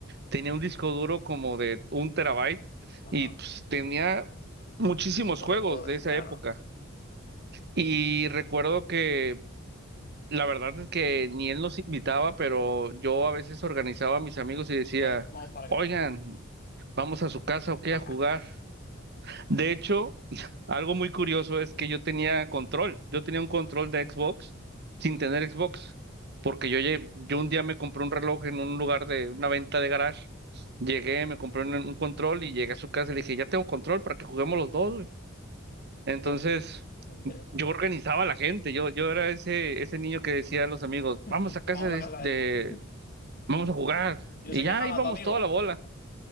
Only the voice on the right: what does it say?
Tenía un disco duro como de un terabyte
y pues, tenía muchísimos
juegos
de esa
época. Y
recuerdo que la verdad es que ni él nos invitaba, pero yo a veces organizaba a mis amigos y decía,
oigan, vamos a su casa o qué
a jugar. De hecho, Algo muy curioso es que yo tenía control, yo tenía un control de Xbox sin tener Xbox, porque yo, lle- yo un día me compré un reloj en un lugar de una venta de garage, llegué, me compré un, un control y llegué a su casa y le dije, ya tengo control para que juguemos los dos, güey". Entonces
yo organizaba a la gente, yo, yo era ese, ese niño que decía a los amigos,
vamos a casa
de,
de-
vamos a jugar,
y
ya
íbamos
toda la bola.